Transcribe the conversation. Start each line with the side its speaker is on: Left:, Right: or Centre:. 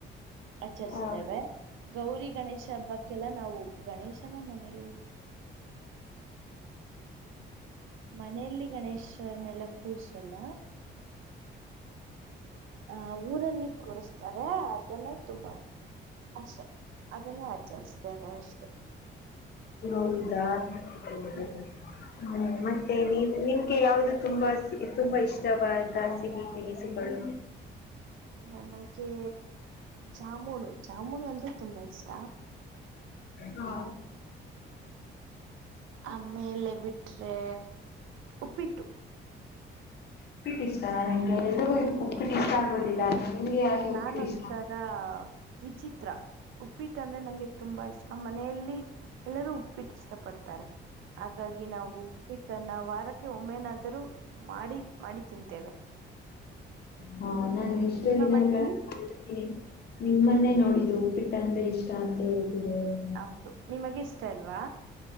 Right: ಆಚರಿಸ್ತೇವೆ.
Left: ಹ
Right: ಗೌರಿ ಗಣೇಶ ಹಬ್ಬಕ್ಕೆಲ್ಲ ನಾವು ಗಣೇಶನ ಮನೆಗೆ ಮನೆಯಲ್ಲಿ ಗಣೇಶನೆಲ್ಲ ಕೂರ್ಸಲ್ಲ ಹ ಊರಲ್ಲಿ ಕೂರಿಸ್ತಾರೆ, ಅದನ್ನೇ, ತುಂಬಾ ಅಷ್ಟೆ. ಅದನ್ನೇ ಅಚರಿಸ್ತೇವೆ ಅಷ್ಟೆ.
Left: ಹೌದ? <unintelligible>
Right: ಹ್ಮ್
Left: ಮತ್ತೆ ನೀವು, ನಿಮ್ಗೆ ಯಾವುದು ತುಂಬ, ತುಂಬಾ ಇಷ್ಟವಾದ ಸಿಹಿ ತಿನಿಸುಗಳು?
Right: ನನಗೆ ಜಾಮೂನು. ಜಾಮೂನು ಅಂದ್ರೆ ತುಂಬಾ ಇಷ್ಟ
Left: ಹಾ
Right: ಆಮೇಲೆ ಬಿಟ್ರೆ ಉಪ್ಪಿಟ್ಟು.
Left: ಉಪ್ಪಿಟ್ಟು ಇಷ್ಟಾನ ನಿಮಗೆ? ಎಲ್ರಿಗೂ ಉಪ್ಪಿಟ್ಟು ಇಷ್ಟ ಆಗೋದಿಲ್ಲ ಅಲ್ವಾ ನಿಮ್ಗೆ ಯಾಕೆ
Right: ನಾನು
Left: ಉಪ್ಪಿಟ್ಟು
Right: ಒಂಥರಾ
Left: ಇಷ್ಟ
Right: ವಿಚಿತ್ರ. ಉಪ್ಪಿಟ್ಟ ಅಂದ್ರೆ ನಂಗೆ ತುಂಬಾ ಇಷ್ಟ. ನಮ್ಮ ಮನೆಯಲ್ಲಿ ಎಲ್ಲರ್ಗೂ ಉಪ್ಪಿಟ್ಟು ಇಷ್ಟ. ಪಡ್ತಾರೆ. ಹಾಗಾಗಿ ನಾವು ಉಪ್ಪಿಟ್ವನ್ನ ವಾರಕ್ಕೆ ಒಮ್ಮೆನಾದ ಮಾಡಿ-ಮಾಡಿ ತಿಂತೇವೆ.
Left: ಹಾ <unintelligible> ನಾನು ಇಷ್ಟ
Right: ನಿಮ್ಮ
Left: ದಿನ
Right: ಮನೆಯಲ್ಲಿ
Left: <unintelligible> ನಿಮ್ ಮನೇಲ್ ಮಾಡಿದ್ದು. ಉಪ್ಪಿಟ್ ಅಂದ್ರೆ ಇಷ್ಟ ಅಂತ ಹೇಳಿ. ಹ್ಮ
Right: ಹೌದು ನಿಮಗೆ ಇಷ್ಟ ಅಲ್ವಾ?